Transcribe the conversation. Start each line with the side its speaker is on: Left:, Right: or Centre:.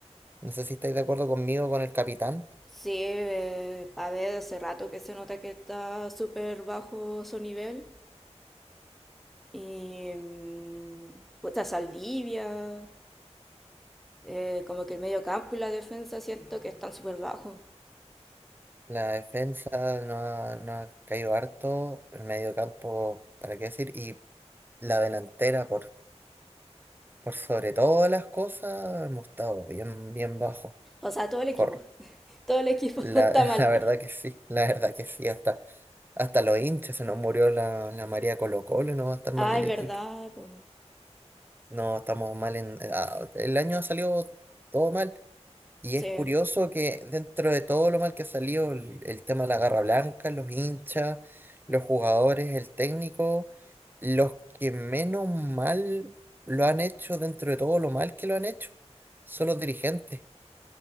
Right: No sé si estáis de acuerdo conmigo con el capitán.
Centre: Sí, eh, a ver, hace rato que se nota que está súper bajo su nivel. Y mm, puta Saldivia, eh, como que el medio campo y la defensa siento que están súper bajos.
Right: La defensa no ha, no ha caído harto, el medio campo, ¿para qué decir? Y la delantera, por, por sobre todas las cosas, hemos estado bien, bien bajo.
Centre: O sea, todo el equipo.
Right: Cor-
Centre: <laughs> Todo el equipo
Right: La,
Centre: <laughs> está
Right: <laughs>
Centre: mal.
Right: la verdad que sí, la verdad que sí, hasta, hasta los hinchas se nos murió la, la María Colo Colo no va a estar
Centre: Ay,
Right: mal el equipo.
Centre: verdad, po.
Right: No, estamos mal en... eh, ah, El año ha salido todo mal. Y
Centre: Sí.
Right: es curioso que dentro de todo lo mal que ha salido, el, el tema de la garra blanca, los hinchas, los jugadores, el técnico, los que menos mal lo han hecho dentro de todo lo mal que lo han hecho, son los dirigentes.